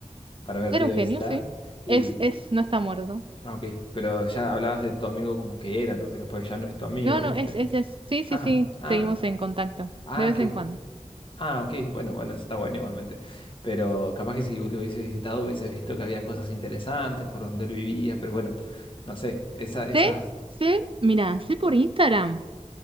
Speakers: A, on the left; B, on the right.
A: para haberte
B: Era
A: ido
B: un genio,
A: a visitar.
B: sí.
A: Y,
B: Es, es, no está muerto.
A: ah, ok, pero ya hablabas de tu amigo como que era, entonces capaz que ya no es tu amigo,
B: No, no,
A: ¿viste?
B: es, es, es. Sí, sí,
A: Ah,
B: sí,
A: ah,
B: seguimos en contacto,
A: ah,
B: de vez
A: qué...
B: en
A: bu-
B: cuando.
A: Ah, ok, bueno, bueno, eso está bueno igualmente. Pero capaz que si lo hubieses visitado hubieses visto que había cosas interesantes por donde él vivía, pero bueno, no sé, esa, esas...
B: Sé, sé, mira, sé por Instagram